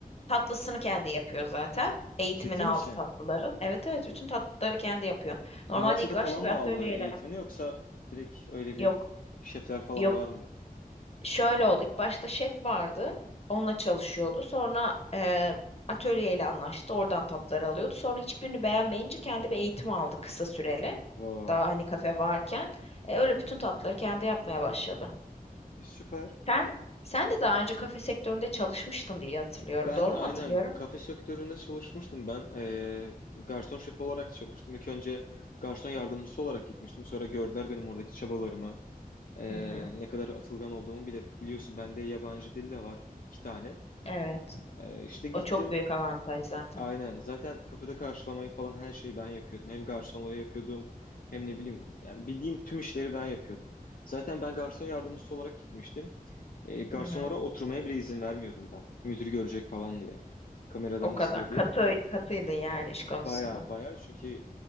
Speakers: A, on the left; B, on the left.
A: tatlısını kendi yapıyor zaten. Eğitimini
B: Ciddi
A: aldı
B: misin?
A: tatlıların. Evet evet bütün tatlıları kendi yapıyor. Normalde
B: Üniversitede
A: ilk başta
B: falan
A: bir
B: mı
A: atölyeyle
B: aldı eğitimini yoksa direkt öyle bir
A: yok
B: şefler falan
A: yok
B: var mı?
A: şöyle oldu. İlk başta şef vardı. Onunla çalışıyordu. Sonra e, atölyeyle anlaştı. Oradan tatları alıyordu. Sonra hiçbirini beğenmeyince kendi bir eğitim aldı kısa süreli.
B: Vay.
A: Daha hani kafe varken. E, öyle bütün tatları kendi yapmaya başladı.
B: E, süper.
A: Sen sen de daha önce kafe sektöründe çalışmıştın diye hatırlıyorum.
B: Ben
A: Doğru
B: aynen
A: mu hatırlıyorum?
B: kafe sektöründe çalışmıştım. Ben eee, garson şefi olarak çalıştım. İlk önce garson yardımcısı olarak gitmiştim. Sonra gördüler benim oradaki çabalarımı. Eee,
A: Hı hı.
B: ne kadar atılgan olduğumu bile biliyorsun. Bende yabancı dil de var iki tane.
A: Evet.
B: İşte işte gittim
A: O çok büyük avantaj zaten.
B: Aynen. Zaten kapıda karşılamayı falan her şeyi ben yapıyordum. Hem garsonluğu yapıyordum hem ne bileyim yani bildiğin tüm işleri ben yapıyordum. Zaten ben garson yardımcısı olarak gitmiştim. E, garsonlara
A: Hı hı.
B: oturmaya bile izin vermiyordum ben. Müdür görecek falan diye. Kameradan
A: O kadar.
B: izliyor diye.
A: Katı, katıydı yani
B: Yani
A: iş
B: baya
A: konusunda.
B: baya çünkü